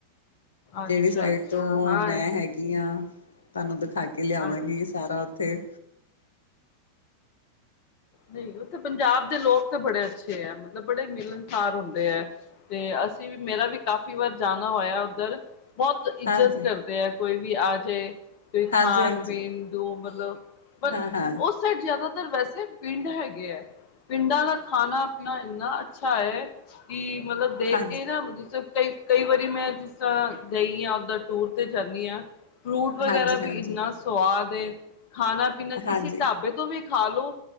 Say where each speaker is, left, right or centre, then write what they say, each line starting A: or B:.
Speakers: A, on the left; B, on the left.
A: ਅੱਛਾ
B: ਜਿਹੜੀ ਸਾਈਡ
A: ਅੱਛਾ
B: ਤੋਂ
A: ਹਾਂ
B: ਮੈਂ ਹੈਗੀ ਹਾਂ। ਤੁਹਾਨੂੰ ਦਿਖਾ ਕੇ ਲਿਆਵਾਂਗੀ
A: ਅੱਛਾ
B: ।ਸਾਰਾ ਉੱਥੇ
A: ਨਹੀਂ, ਉੱਥੇ ਪੰਜਾਬ ਦੇ ਲੋਕ ਤਾਂ ਬੜੇ ਅੱਛੇ ਹੈ ।ਮਤਲਬ ਬੜੇ ਮਿਲਣਸਾਰ ਹੁੰਦੇ ਹੈ ਤੇ ਅਸੀਂ ਵੀ ਮੇਰਾ ਵੀ ਕਾਫ਼ੀ ਵਾਰ ਜਾਣਾ ਹੋਇਆ ਉੱਧਰ ਬਹੁਤ ਇੱਜਤ
B: ਹਾਂਜੀ,
A: ਕਰਦੇ ਹੈ ।ਕੋਈ ਵੀ ਆ ਜਾਏ ਕੋਈ
B: ਹਾਂਜੀ,
A: ਖਾਣ
B: ਹਾਂਜੀ,
A: ਪੀਣ ਨੂੰ ਮਤਲਬ ਪਰ
B: ਹਾਂ, ਹਾਂ,
A: ਉਸ ਸਾਈਡ ਜ਼ਿਆਦਾਤਰ ਵੈਸੇ ਪਿੰਡ ਹੈਗੇ ਹੈ। ਪਿੰਡਾਂ ਦਾ ਖਾਣਾ ਪੀਣਾ ਇੰਨਾ ਅੱਛਾ ਹੈ ।ਕਿ ਮਤਲਬ ਦੇਖ
B: ਹਾਂਜੀ।
A: ਕੇ ਨਾ ਜੇ ਕਈ- ਕਈ ਵਾਰੀ ਮੈਂ ਜਿਸ ਤਰ੍ਹਾਂ ਗਈ ਹਾਂ ।ਉਧਰ ਟੂਰ ਤੇ ਜਾਂਦੀ ਹਾਂ। ਫਰੂਟ ਵਗੈਰਾ
B: ਹਾਂਜੀ,
A: ਵੀ
B: ਹਾਂਜੀ,
A: ਇਨਾ ਸਵਾਦ ਏ। ਖਾਣਾ ਪੀਣਾ ਕਿਸੇ
B: ਹਾਂਜੀ,
A: ਢਾਬੇ ਤੋਂ ਵੀ ਖਾ ਲਓ